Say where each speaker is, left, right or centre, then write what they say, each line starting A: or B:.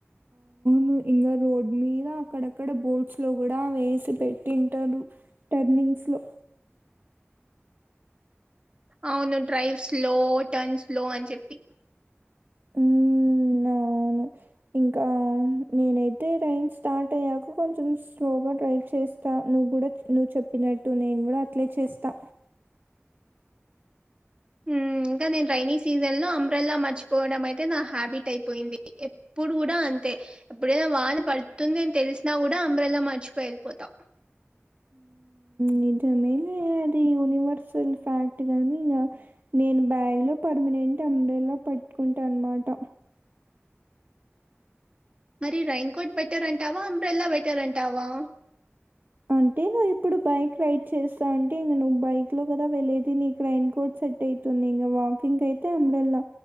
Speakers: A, on the right; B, on the right.
A: ను ఇంగా రోడ్ మీద అక్కడక్కడ బోర్డ్స్ లో గూడా వేసి పెట్టింటారు టర్నింగ్స్లో
B: అవును డ్రైవ్ స్లో టర్న్ స్లో అని చెప్పి
A: ఉ అవును ఇంకా నేనైతే రైన్స్ స్టార్ట్ అయ్యాక కొంచెం స్లోగా డ్రైవ్ చేస్త తా నువ్వు గూడా నువ్వు చెప్పినట్టు నేను గూడా అట్లే చేస్తా
B: ఉమ్ ఇంకా నేను రైైనీ సీజన్ లో అంబ్రెల్లా మర్చిపోవడం అయితే నా హ్యాబిట్ అయిపోయింది ఏ ఇప్పుడు కూడా అంతే ఎప్పుడైనా వాన పడుతుంది అని తెలిసినా కూడా అంబ్రెలా మర్చిపోయి వెళ్ళిపోతా
A: నిజమేలే అది యూనివర్సల్ ఫ్యాక్ట్ గానీ ఇంగా నేను బ్యాగ్లో పర్మనెంట్ అంబ్రెల్లా పట్టుకుంటా అన్నమాట
B: మరి రైన్కోట్ బెటర్ అంటావా అంబ్రెలా బెటర్ అంటావా.
A: అంటే నువ్వు ఇప్పుడు బైక్ రైడ్ చేస్తా అంటే ఇంక నువ్వు బైక్ లో కదా వెళ్లేేది నీకు రైన్ కోట్ సెట్ అయి ఇంకా వాకింగ్ అయితే అంబ్రెలా